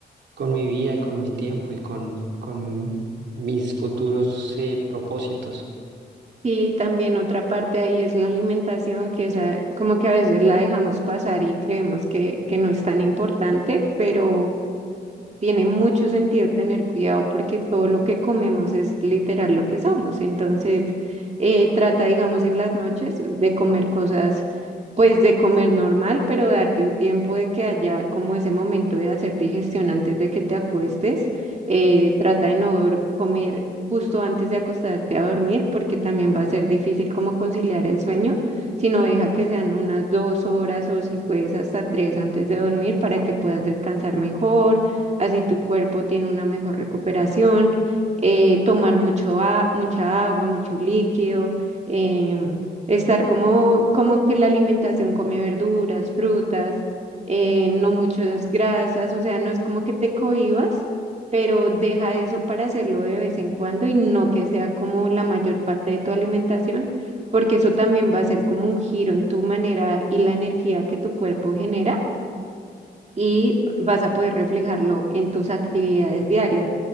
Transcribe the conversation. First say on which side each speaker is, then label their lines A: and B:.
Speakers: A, on the right; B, on the right.
A: con mi vida y con mi tiempo y con, con mis futuros eh, propósitos.
B: Y también otra parte ahí es la alimentación, que esa, como que a veces la dejamos pasar y creemos que, que no es tan importante, pero tiene mucho sentido tener cuidado porque todo lo que comemos es literal lo que somos. Entonces, eh, trata, digamos, en las noches de comer cosas, pues de comer normal, pero darte un tiempo de que haya como ese momento de hacer digestión antes de que te acuestes. Eh, trata de no dor- comer justo antes de acostarte a dormir porque también va a ser difícil como conciliar el sueño, sino deja que sean unas dos horas o si puedes hasta tres antes de dormir para que puedas descansar mejor así tu cuerpo tiene una mejor recuperación, eh, tomar mucho a- mucha agua, mucho líquido, em, estar como, como que la alimentación come verduras, frutas, eh, no muchas grasas, o sea, no es como que te cohibas, pero deja eso para hacerlo de vez en cuando y no que sea como la mayor parte de tu alimentación, porque eso también va a ser como un giro en tu manera y la energía que tu cuerpo genera y vas a poder reflejarlo en tus actividades diarias.